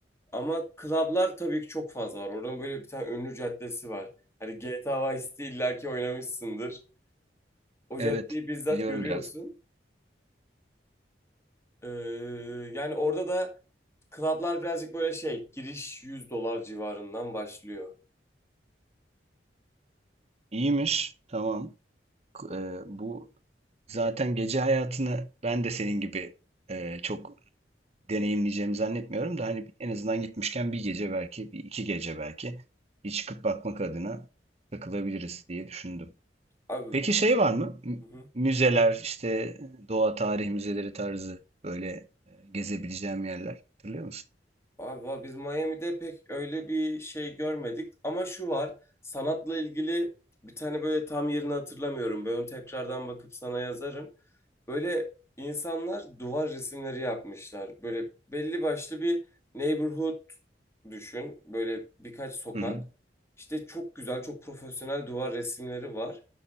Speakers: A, on the left; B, on the right.
A: Ama klablar tabii ki çok fazla var. Oradan böyle bir tane ünlü caddesi var. Hani GTA Vice City illaki oynamışsındır. O
B: Evet,
A: caddeyi bizzat
B: biliyorum
A: görüyorsun.
B: biraz.
A: Ee, yani orada da klablar birazcık böyle şey giriş 100 dolar civarından başlıyor.
B: İyiymiş. Tamam. K- e, bu zaten gece hayatını ben de senin gibi e, çok deneyimleyeceğimi zannetmiyorum da hani en azından gitmişken bir gece belki, bir iki gece belki bir çıkıp bakmak adına takılabiliriz diye düşündüm.
A: Abi,
B: Peki şey var mı? M-
A: Hı hı.
B: Müzeler, işte doğa tarih müzeleri tarzı böyle e, gezebileceğim yerler. Hatırlıyor musun?
A: abi va- biz Miami'de pek öyle bir şey görmedik. Ama şu var sanatla ilgili bir tane böyle tam yerini hatırlamıyorum. Ben onu tekrardan bakıp sana yazarım. Böyle insanlar duvar resimleri yapmışlar. Böyle belli başlı bir neighborhood düşün. Böyle birkaç sokak.
B: Hı hı.
A: İşte çok güzel, çok profesyonel duvar resimleri var.